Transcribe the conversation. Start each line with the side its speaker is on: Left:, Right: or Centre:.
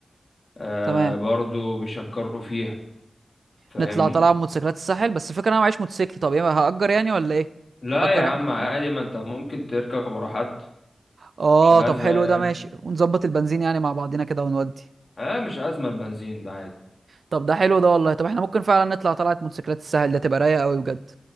Left: آه
Right: تمام
Left: برضو بيشكروا فيها فاهمني
Right: نطلع طلعه بموتوسيكلات الساحل بس الفكره انا معيش موتوسيكل طب ايه هأجر يعني ولا ايه
Left: لا
Right: نأجر
Left: يا عم
Right: احنا كده
Left: عادي ما انت ممكن تركب ورا حد
Right: اه
Left: مش أزمة
Right: طب حلو ده ماشي ونظبط البنزين يعني مع بعضينا كده ونودي
Left: اه مش أزمة البنزين ده عادي
Right: طب ده حلو ده والله طب احنا ممكن فعلا نطلع طلعه موتوسيكلات الساحل ده تبقى رايقه قوي بجد